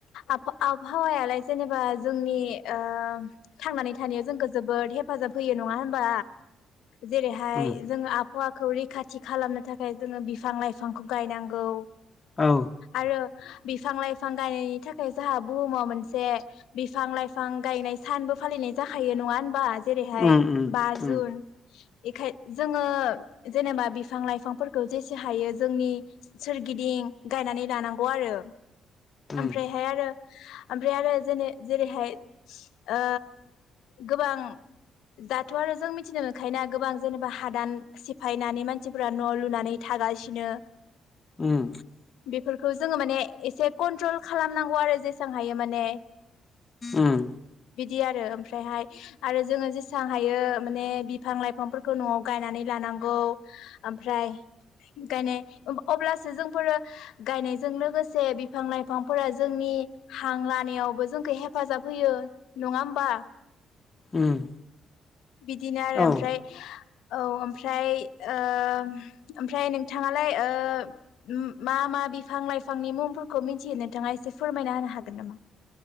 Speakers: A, on the left; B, on the left.
A: आब- आबहावायालाय जेनेबा जोंनि ओ थांनानै थानाया जोंखो जोबोद हेफाजाब होयो नङा होनबा जेरैहाय
B: उम
A: जोङो आबहावा खौ रैखाथि खालामनो थाखाय जोङो बिफां लाइफांखौ गायनांगौ।
B: औ
A: आरो बिफां लाइफां गायनायनि थाखाय जोंहा बुहुमाव मोनसे बिफां लाइफां गायनाय सानबो फालिनाय जाखायो नङा होनबा जेरैहाय
B: उम उम
A: बा जुन बेखाय जोङो जेनेबा बिफां लाइफांफोरखौ जेसे हायो जोंनि सोरगिदिं गायनानै लानां गौ आरो
B: उम
A: ओमफ्रायहाय आरो ओमफ्राय आरो जेने जेरैहाय <inaudible> ओ गोबां दाथ' आरो जों मिथिनो मोनखाय ना गोबां जेनेबा हादान सिफायनानै मानसि न' लुनानै थागासिनो
B: उम उम
A: बेफोर माने एसे कनट्रल खालामनांगौ आरो जेसां हायो माने
B: उम
A: बिदि आरो ओमफ्रायहाय आरो जोङो जेसे जेसां हायो माने बिफां लाइफांफोरखौ न'आव गायनानै लानांगौ ओमफ्राय गायनाय अब्लासो जोंफोरो गायनायजों लोगोसे बिफां लाइफांफोरा जोंनि हां लानायावबो जोंखौ हेफाजाब होयो नङा होमबा?
B: उम।
A: बिदिनो आरो ओमफ्राय
B: औ
A: औ ओमफ्राय ओ ओमफ्राय नोंथाङालाय ओ मा मा बिफां लाइफांनि मुंफोरखौ मिथियो नोंथाङा एसे फोरमायना होनो हागोन नामा?